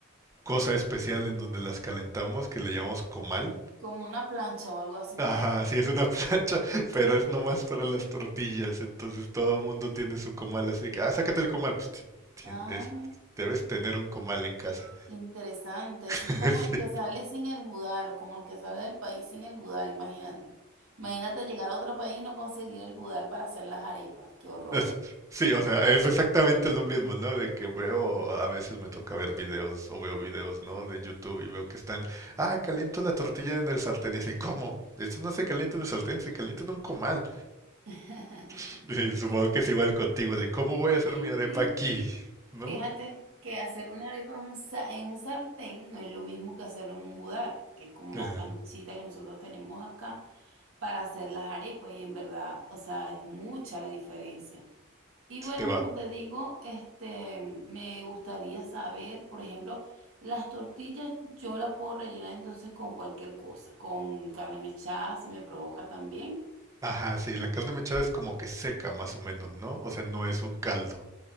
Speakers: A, on the right; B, on the right.
A: cosa especial en donde las calentamos que le llamamos comal,
B: como una plancha o algo así.
A: Ajá, sí, es una plancha, <laughs> pero
B: Ujú.
A: es nomás para las tortillas, entonces todo el mundo tiene su comal, así que, ah, sácate el comal, pues ti- tien-
B: Ah,
A: es- debes tener un comal en casa.
B: interesante.
A: <laughs>
B: Ese es como
A: Sí,
B: el que sale sin el budar, como el que sale del país sin el budar, imagínate. Imagínate llegar a otro país y no conseguir el budar para hacer las arepas. Qué horror.
A: es- sí, o sea, es exactamente lo mismo, ¿no? De que veo,
B: Y-
A: a
B: y-
A: veces me toca ver videos o veo videos, ¿no? De YouTube y veo que están, ah, caliento la tortilla en el sartén y así, ¿cómo? Esto no se calienta en el sartén, se calienta en un comal.
B: <laughs>
A: <laughs> Y supongo que es igual contigo, de cómo voy a hacer
B: Sí,
A: mi arepa
B: sí.
A: aquí, ¿no?
B: Fíjate que hacer una arepa en un, sa- en un sartén no es lo mismo que hacerlo en un budar, que es como una
A: Ajá.
B: planchita que nosotros tenemos acá para hacer las arepas y en verdad, o sea, es mucha la diferencia. Y bueno,
A: Sí te
B: como
A: va,
B: te digo, este, me gustaría saber, por ejemplo, las tortillas yo las puedo rellenar entonces con cualquier cosa, con carne mechada si me provoca también.
A: Ajá, sí, la carne mechada es como que seca más o menos, ¿no? O sea, no es un caldo,